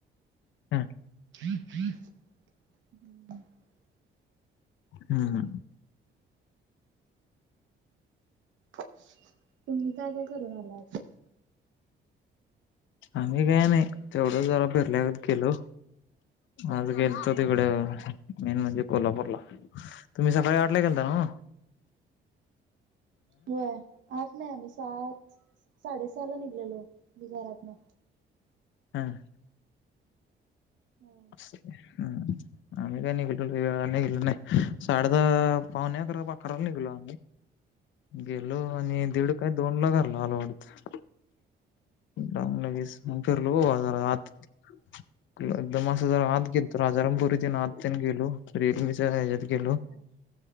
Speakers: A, on the left; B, on the right.
A: हं.
B: ह.
A: हम्.
B: तुम्ही काय काय करून आलात?
A: आम्ही काय नाही. तेवढं जरा <unintelligible> केलो. आज गेलतो तिकडे. मेन म्हणजे कोल्हापूरला. तुम्ही सकाळी आठला गे- ला ना?
B: हो. आज- नाही आम्ही, सात साडेसहा ला निघलेलो मी घरातन.
A: हम्म.
B: हा
A: अ <inaudible> ह आम्ही काही नाही निघलो. निघलो नाही साडे दहा पावणे अकरा अकराला निघलो. गेलो आणि दीड काय दोन ला घरला आलो वाटत.
B: <inaudible>
A: जाऊन लगेच मंग फिरलो बाजारात
B: हा
A: -
B: <inaudible>
A: एकदम असं, ज आत गेल तर राजारामपुरी इथ आत त्यां गेलो. रिअलमीच्या ह्याच्यात गेलो.
B: हा.